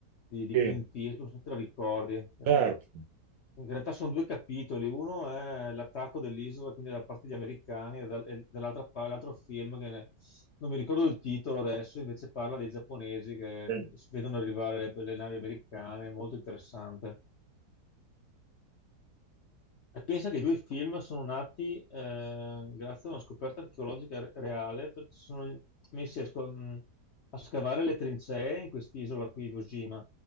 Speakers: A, on the left (about 60°); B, on the right (about 70°).
A: di, di
B: sì,
A: Clint Eastwood, non so se te la ricordi. Eh,
B: certo,
A: in realtà sono due capitoli, uno è l'attacco dell'isola, quindi da parte degli americani, e, dal- e dall'altra pa- l'altro film che ne- non mi ricordo il titolo adesso, invece parla dei giapponesi che
B: sì,
A: ved- vedono arrivare le, le navi americane, è molto interessante. E pensa che i due film sono nati eh, grazie a una scoperta archeologica re- reale, perché si sono messi a, sco- mh, a scavare le trincee in quest'isola qui, Iwo Jima,